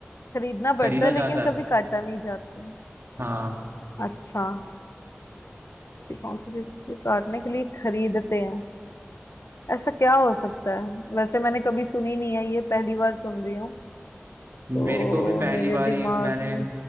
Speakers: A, on the left; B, on the right.
A: खरीदना पड़ता
B: खरीदा
A: है
B: जाता
A: लेकिन
B: है
A: कभी काटा नहीं जाती
B: हाँ
A: अच्छा ऐसी कौन सी चीज जिसे काटने के लिए खरीदते हैं ऐसा क्या हो सकता है वैसे मैंने कभी सुनी नहीं है ये पहली बार सुन रही हूँ
B: मेरे
A: तो
B: को भी पहली
A: मेरे
B: बार
A: दिमाग
B: ही मैंने
A: में